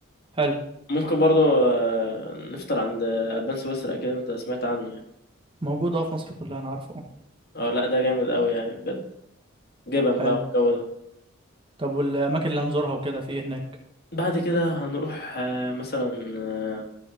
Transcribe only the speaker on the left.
ممكن برضو آه، نفطر عند البان سويسرا اكيد انت سمعت عنه يعني
اه لا ده جامد قوي يعني بجد جبن
بقى والجو ده
بعد كده هنروح آه، مثلا آه،